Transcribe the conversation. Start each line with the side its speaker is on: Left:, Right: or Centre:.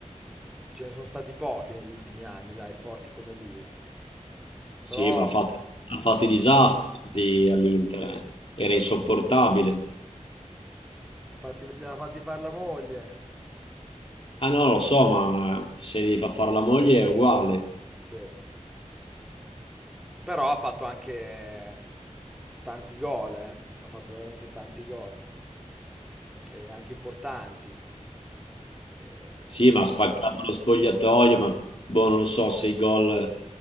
Centre: ce ne sono stati pochi negli ultimi anni, dai, forti come lui.
Left: Sì,
Centre: Però
Left: ma ha fatto, ha fatto i disastri all'Inter, eh. Era insopportabile.
Centre: ha fatti- li ha fatti fare la moglie.
Left: Ah no, lo so, ma se gli fa fare la moglie è uguale.
Centre: Sì. Però ha fatto anche tanti gol, eh. Ha fatto veramente tanti gol, e anche importanti. Eh,
Left: Sì, ma ha spaccato lo spogliatoio, ma boh, non lo so se i gol